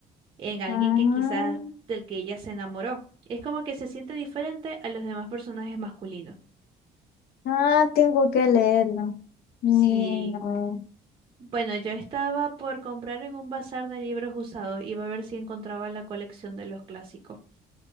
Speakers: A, on the right (about 30°); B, on the left (about 65°).
A: en alguien
B: Ah,
A: que quizás del que ella se enamoró. Es como que se siente diferente a los demás personajes masculinos.
B: ah, tengo que leerlo. Ni
A: Sí.
B: no.
A: Bueno, yo estaba por comprar en un bazar de libros usados. Iba a ver si encontraba la colección de los clásicos.